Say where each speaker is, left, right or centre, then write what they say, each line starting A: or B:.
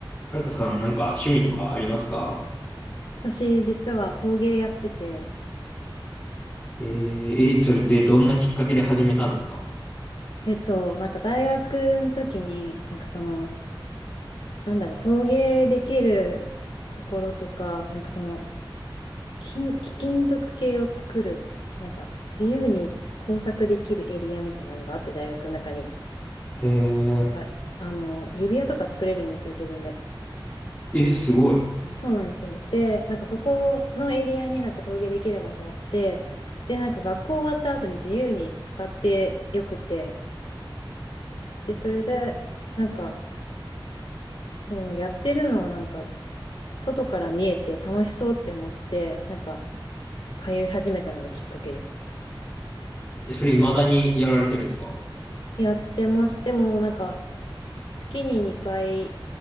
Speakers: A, on the left; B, on the left.
A: はるかさん、なんか趣味とかありますか
B: 私、実は陶芸やってて、
A: えー、えーそれってどんなきっかけで始めたんですか
B: えっと、なんか大学の時に、なんかその、なんだろう、陶芸できるところとか、なんかその、貴貴金属系を作る、なんか自由に工作できるエリアみたいなのがあって、大学の中に。
A: へえ、
B: あ、あの、指輪とか作れるんですよ、自分で。
A: えすごい。
B: そうなんですよ。で、なんかそこのエリアになんか陶芸できる場所あって、で、なんか学校終わった後に自由に使ってよくて、で、それで、なんか、そのやってるのをなんか外から見えて楽しそうって思ってなんか通い始めたのがきっかけです。
A: え、それ未だにやられてるんですか
B: やってます。でもなんか月に2回